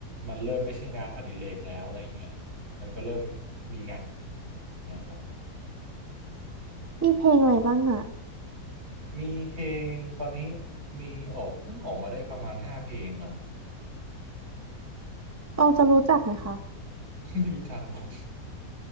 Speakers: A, on the right; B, on the right.
A: มันเริ่มไม่ใช่งานอดิเรกแล้วอะไรอย่างเงี้ยมันก็เริ่มมีครับ
B: มีเพลงอะไรบ้างอ่ะ
A: มีเพลงตอนนี้มีออกเพิ่งออกมาได้ประมาณห้าเพลงครับ
B: ต้องจะรู้จักไหมคะ
A: <laughs> ไม่รู้จักหรอก